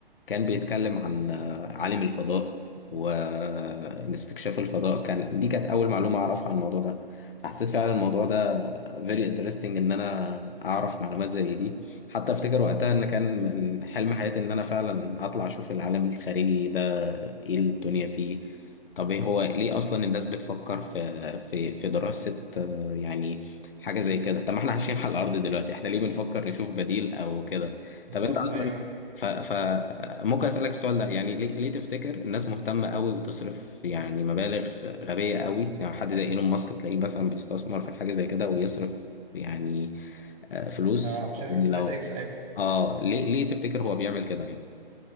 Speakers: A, on the left; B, on the right.
A: كان بيتكلم عن آه، عالم الفضاء واستكشاف الفضاء كان دي كانت اول معلومة اعرفها عن الموضوع ده فحسيت فعلا الموضوع ده very interesting ان انا اعرف معلومات زي دي حتى افتكر وقتها ان كان من حلم حياتي ان انا فعلا اطلع اشوف العالم الخارجي ده ايه الدنيا فيه طب ايه هو ليه اصلا الناس بتفكر في في في دراسة آه، يعني حاجة زي كده طب ما احنا عايشين على الأرض دلوقتي احنا ليه بنفكر نشوف بديل أو كده
B: بالظبط
A: طب انت أصلا
B: ايوه
A: ف... ف ممكن أسألك السؤال ده يعني ليه ليه تفتكر الناس مهتمة قوي وتصرف يعني مبالغ غبية قوي يعني حد زي إيلون ماسك تلاقيه مثلا بيستثمر في حاجة زي كده ويصرف يعني آه، فلوس
B: اه شركه
A: يعني
B: سبيس
A: لو
B: اكس ايوه
A: اه ليه ليه تفتكر هو بيعمل كده يعني